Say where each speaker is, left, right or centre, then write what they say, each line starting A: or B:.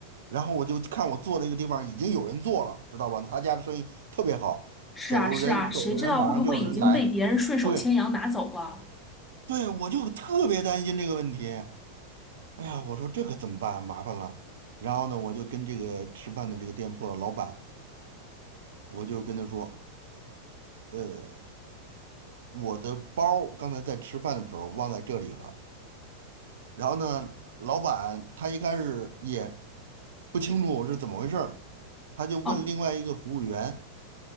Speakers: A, on the right; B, on the left.
A: 然后我就看我坐那个地方已经有人坐了，知道吧？他家的生意特别好，
B: 是啊，
A: 走人走了人马上就有人来，
B: 是啊，谁知道会不会已经被别人顺手牵羊拿走了？
A: 对对，我就特别担心这个问题。哎呀，我说这可怎么办？麻烦了。然后呢，我就跟这个吃饭的这个店铺的老板，我就跟他说，呃，我的包儿刚才在吃饭的时候忘在这里了。然后呢，老板他一开始也不清楚是怎么回事儿他就问另外一个服务员
B: 哦，